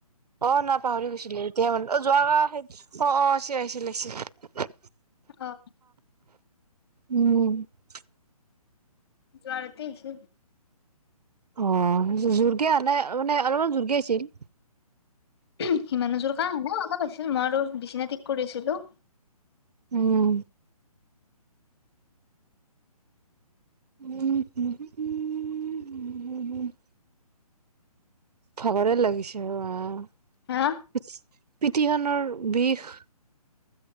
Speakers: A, on the right; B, on the left.
A: অ না পাহৰি গৈছিলে এতিয়া মানে। যোৱা অ অ চি আহিছিল আহিছিল।
B: অ
A: উম চু
B: জোৱাৰা তি আহিছে।
A: অ জোৰকে য়ানে মানে। অলপমান জৰ্গী আছিল।
B: <unintelligible> ওম সিমানো যোৰ কাহ ন অলপ। আহিছে ম আৰু বিচিনা ঠিক কৰিছিলো।
A: উম উম হু হু হু হু হহ ভাগৰে লাগিছে আহ
B: হা
A: ইছ পিঠিখনৰ বিষ